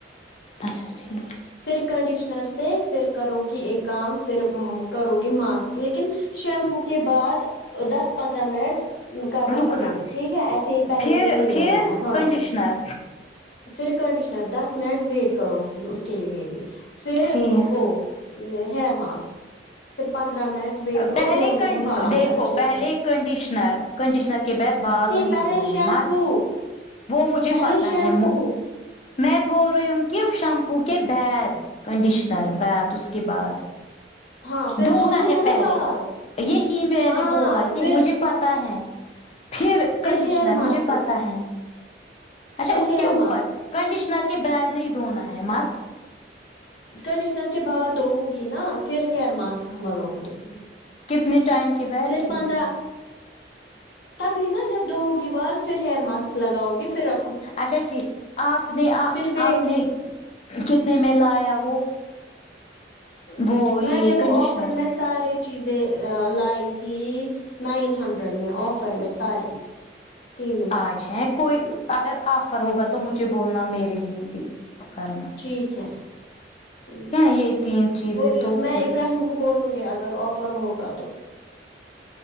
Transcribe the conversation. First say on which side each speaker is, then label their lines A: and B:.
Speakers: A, on the left; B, on the left.
A: اچھا ٹھیک
B: پھر کنڈیشنر سے پھر کرو گی ایک کام پھر ام کرو گی ماسک لیکن شیمپو کے بعد دس پندرہ منٹ کرنا
A: رکنا
B: ہے ویٹ ٹھیک ہے ایسے ہی پہلے
A: پھر
B: ہی نہیں
A: پھر
B: دھونا ہاں
A: کنڈیشنر
B: پھر کنڈیشنر دس منٹ ویٹ کرو گی اس کے لیے بھی پھر
A: ٹھیک
B: وہ ہیئر ماسک پھر پندرہ منٹ ویٹ
A: پہلے
B: اور دھونے ہیں بال
A: دیکھو
B: اچھے
A: پہلے
B: سے
A: کنڈیشنر کنڈیشنر کے بعد بال نہیں
B: پہلے
A: دھونا
B: شیمپو
A: ہے مات وہ مجھے
B: پہلے
A: پتا
B: شیمپو
A: ہے میں بول رہی ہوں کہ شیمپو کے بعد کنڈیشنر بعد اس کے بعد
B: ہاں پھر
A: دھونا
B: دھونے
A: ہے
B: ہیں نا
A: پہلے
B: بال
A: یہی میں
B: ہاں
A: نے بولا یہ
B: پھر
A: مجھے پتا ہے پھر کنڈیشنر
B: ہیئر ماسک
A: مجھے پتا ہے اچھا
B: پھر
A: اس
B: ہیئر
A: کے اوپر
B: ماسک
A: کنڈیشنر کے بعد نہیں دھونا ہے مت
B: کنڈیشنر کے بعد دھو گی نہ پھر ہیئر ماسک
A: اچھا
B: ملو گی
A: ٹھیک کتنے ٹائم کے بعد
B: پھر
A: ٹھیک
B: پندرہ تبھی نا جب دھو گی بال پھر ہیئر ماسک لگاؤ گی پھر ر
A: اچھا ٹھیک آپ نے آپ
B: ویٹ
A: آپ نے کتنے میں لایا وہ وہ یہ
B: میں نے
A: کنڈیشنر
B: وہ آفر میں سارے چیزیں لائی تھی نائن ہنڈریڈ میں آفر میں ساری تین
A: اچھا کوئی اگر آفر ہوگا تو مجھے بولنا میرے لیے بھی کرنا
B: ٹھیک ہے ٹھیک ہے
A: یہ تین چیزیں
B: وہ
A: تو
B: میں
A: پھر
B: ابراہیم کو بولوں گے اگر آفر ہوگا تو